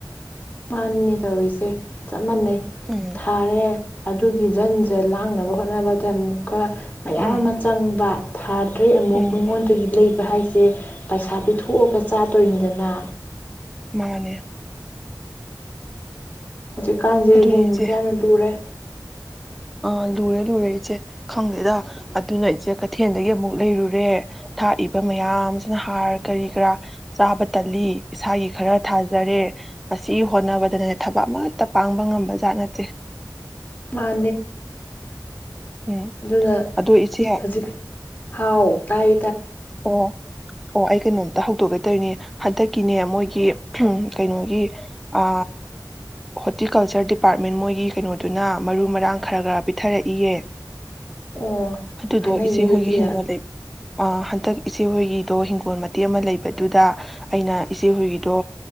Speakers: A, on the left (about 20°); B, in the centre.
A: ꯃꯥꯅꯤꯅꯦ ꯇꯧꯔꯤꯁꯦ ꯆꯞ ꯃꯥꯟꯅꯩ
B: ꯎꯝ
A: ꯊꯥꯔꯦ ꯑꯗꯨꯒꯤ ꯒꯤ ꯖꯟꯁꯦ ꯂꯥꯡꯅꯕ ꯍꯣꯠꯅꯕꯗꯦꯨ ꯀ ꯃꯌꯥꯝ
B: ꯎꯝ
A: ꯑꯃ ꯆꯪꯕ ꯊꯥꯗ꯭ꯔꯦ ꯑꯃꯨꯛ
B: ꯎꯝ
A: ꯃꯤꯉꯣꯟꯗꯒꯤ ꯂꯩ ꯍꯥꯏꯁꯦ ꯄꯩꯁꯥ ꯄꯤꯊꯣꯛꯑꯒ ꯆꯥꯗꯣꯏꯅꯤꯗꯅ
B: ꯃꯥꯅꯦ
A: ꯍꯧꯖꯤꯛꯀꯥꯟꯁꯦ
B: ꯑꯗꯨꯅꯦ
A: ꯍꯤꯡꯕꯗ
B: ꯏꯆꯦ
A: ꯌꯥꯝꯅ ꯂꯨꯔꯦ
B: ꯑꯥ ꯂꯨꯔꯦ ꯂꯨꯔꯦ ꯏꯆꯦ ꯈꯪꯗꯦꯗ ꯑꯗꯨꯅ ꯏꯆꯦ ꯀꯩꯊꯦꯜꯗꯒꯤ ꯑꯃꯨꯛ ꯂꯩꯔꯨꯔꯦ ꯊꯥꯛꯏꯕ ꯃꯌꯥꯝꯁꯤꯅ ꯍꯥꯔ ꯀꯔꯤ ꯀꯔꯥ ꯆꯥꯕ ꯇꯜꯂꯤ ꯏꯁꯥꯒꯤ ꯈꯔ ꯊꯥꯖꯔꯦ ꯑꯁꯤ ꯍꯣꯠꯅꯕꯗꯅꯅꯦ ꯊꯕꯛ ꯑꯃꯠꯇ ꯄꯥꯡꯕ ꯉꯝꯕ ꯖꯥꯠ ꯅꯠꯇꯦ
A: ꯑ
B: ꯎꯝ
A: ꯑꯗꯨꯅ
B: ꯑꯗꯣ ꯏꯆꯦ
A: ꯍꯧꯖꯤꯛ ꯍꯥꯎ ꯇꯥꯏ
B: ꯑꯣ ꯑꯣ ꯑꯩ ꯀꯩꯅꯣꯝꯇ ꯍꯧꯗꯣꯛꯀꯦ ꯇꯧꯔꯤꯅꯦ ꯍꯟꯗꯛꯀꯤꯅꯦ ꯃꯣꯏꯒꯤ ꯀꯩꯅꯣꯒꯤ ꯑ ꯍꯣꯔꯇꯤꯀꯜꯆꯔ ꯗꯤꯄꯥꯔꯠꯃꯦꯟ ꯃꯣꯏꯒꯤ ꯀꯩꯅꯣꯗꯨꯅ ꯃꯔꯨ ꯃꯔꯥꯡ ꯈꯔ ꯈꯔ ꯄꯤꯊꯔꯛꯏꯌꯦ
A: ꯑꯣ
B: ꯑꯗꯨꯗꯣ
A: ꯀꯥꯟꯅꯩꯅꯦ
B: ꯏꯆꯦ
A: ꯑꯗꯨꯗꯤ
B: ꯍꯣꯏꯒꯤ ꯍꯤꯡꯒꯣꯜ ꯂꯩ ꯍꯟꯗꯛ ꯏꯆꯦ ꯍꯣꯏꯒꯤꯗꯣ ꯍꯤꯡꯒꯣꯜ ꯃꯇꯦꯛ ꯑꯃ ꯂꯩꯕꯗꯨꯗ ꯑꯩꯅ ꯏꯆꯦ ꯍꯣꯏꯒꯤꯗꯣ